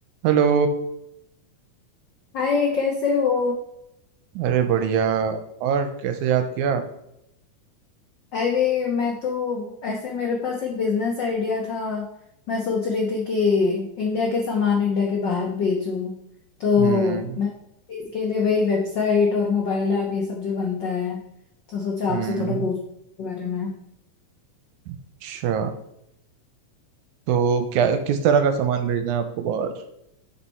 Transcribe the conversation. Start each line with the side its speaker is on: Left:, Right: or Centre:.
Right: Hello
Left: हाय कैसे हो
Right: अरे बढ़िया और कैसे याद किया
Left: अरे मैं तो ऐसे मेरे पास एक बिजनेस आइडिया था मैं सोच रही थी कि इंडिया के सामान इंडिया के बाहर बेचूं तो
Right: हम्म
Left: मैं इसके लिए वही वेबसाइट और मोबाइल ऐप ये सब जो बनता है तो सोचा
Right: हम्म
Left: आपसे थोड़ा पूछ के बारे में
Right: अच्छा तो क्या किस तरह का सामान भेजना है आपको बाहर